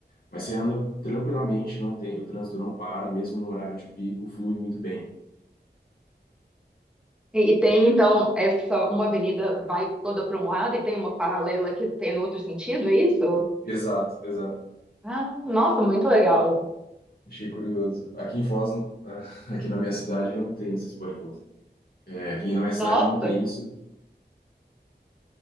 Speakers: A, on the left; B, in the centre.
A: Mas você anda tranquilamente, não tem, o trânsito não para, mesmo no horário de pico, flui muito bem.
B: E, e tem, então, essa uma avenida vai toda para um lado e tem uma paralela que tem no outro sentido, é isso?
A: Exato, exato.
B: Ah, nossa, muito legal.
A: Achei curioso. Aqui em Foz, <laughs> aqui na minha cidade não tem, vocês podem falar assim. É, aqui na minha cidade
B: Nossa,
A: não tem isso,